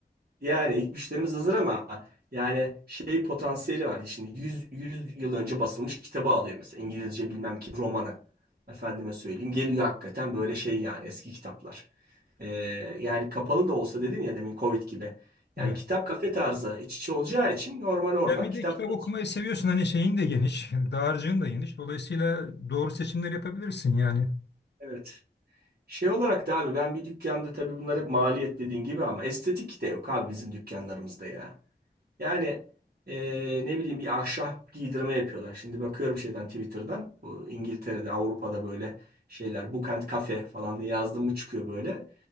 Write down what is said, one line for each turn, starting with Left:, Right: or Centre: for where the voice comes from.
Right: yani ilk müşterimiz hazır ama yani şey potansiyeli var. Şimdi 100, 100 yıl önce basılmış kitabı alıyor mesela İngilizce bilmem ki romanı. Efendime söyleyeyim geliyor hakikaten böyle şey yani eski kitaplar. Ee, yani kapalı da olsa dedin ya demin Covid gibi. Yani
Left: Evet.
Right: kitap kafe tarzı iç içe olacağı için normal oradan
Left: Sen bir
Right: kitap
Left: de kitap
Right: satıyor.
Left: okumayı seviyorsun hani şeyin de geniş, <laughs> dağarcığın da geniş. Dolayısıyla doğru seçimler yapabilirsin yani.
Right: Evet. Şey olarak da abi ben bir dükkanda tabii bunlar hep maliyet dediğin gibi ama estetik de yok abi bizim dükkanlarımızda ya. Yani e, ne bileyim bir ahşap giydirme yapıyorlar. Şimdi bakıyorum şeyden Twitter'dan. Bu İngiltere'de, Avrupa'da böyle şeyler Book and Cafe falan diye yazdım mı çıkıyor böyle.